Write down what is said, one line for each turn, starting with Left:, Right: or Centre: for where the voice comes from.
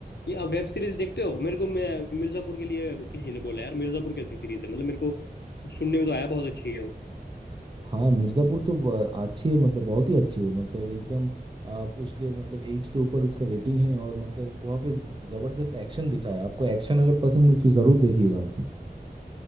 Left: ये अब वेब सीरीज देखते हो मेरे को मैं मिर्जापुर के लिए किसी ने बोला यार मिर्जापुर कैसी सीरीज है मतलब मेरे को सुनने में तो आया बहुत अच्छी है वो
Right: हाँ मिर्ज़ापुर तो ब- अच्छी है मतलब बहुत ही अच्छी है मतलब एकदम आप उसके मतलब एट से ऊपर उसका रेटिंग है और मतलब वहाँ पे ज़बरदस्त एक्शन दिखा है आपको एक्शन अगर पसंद है तो ज़रूर देखिएगा आप